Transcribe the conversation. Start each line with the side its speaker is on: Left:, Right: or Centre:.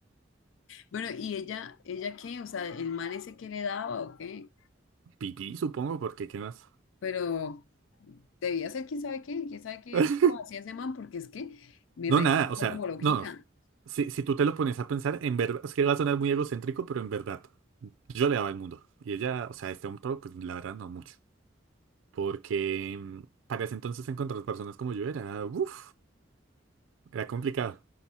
Left: Bueno, ¿y ella, ella qué? O sea, el man ese que le daba o qué,
Right: Pipí, supongo, porque ¿qué más?
Left: pero debía ser quién sabe qué, quién sabe qué
Right: <laughs>
Left: truco hacía ese man, porque es que mi
Right: No,
Left: reina
Right: nada,
Left: estaba
Right: o sea,
Left: como loquita.
Right: no. Si, si tú te lo pones a pensar, en verdad, es que va a sonar muy egocéntrico, pero en verdad, yo le daba el mundo. Y ella, o sea, este hombre, pues la verdad no mucho. Porque mm, para ese entonces encontrar personas como yo era, uff, era complicado.